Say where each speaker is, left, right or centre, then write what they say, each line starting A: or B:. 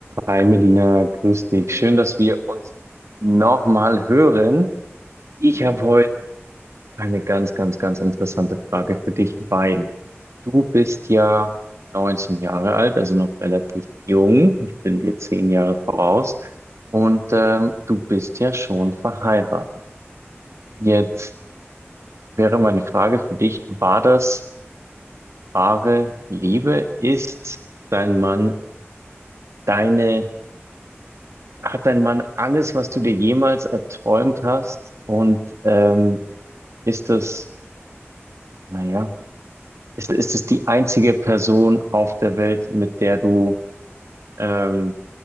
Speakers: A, on the right; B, on the right.
A: Hi Melina, grüß dich.
B: Hey.
A: Schön, dass wir uns nochmal hören. Ich
B: Mhm.
A: habe heute eine ganz, ganz, ganz interessante Frage für dich, weil du bist ja 19 Jahre alt, also noch relativ jung. Ich bin dir 10 Jahre voraus und ähm, du bist ja schon verheiratet.
B: Mhm.
A: Jetzt wäre meine Frage für dich, war das wahre Liebe? Ist dein Mann deine Hat dein Mann alles, was du dir jemals erträumt hast? Und ähm, ist das, naja, ist, ist das die einzige Person auf der Welt, mit der du, ähm,